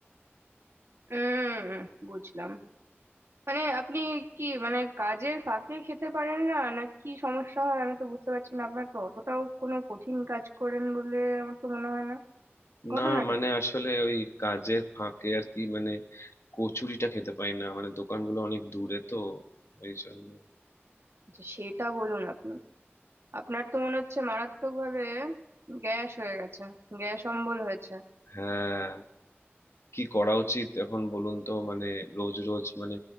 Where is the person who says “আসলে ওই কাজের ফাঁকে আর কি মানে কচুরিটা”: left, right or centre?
Left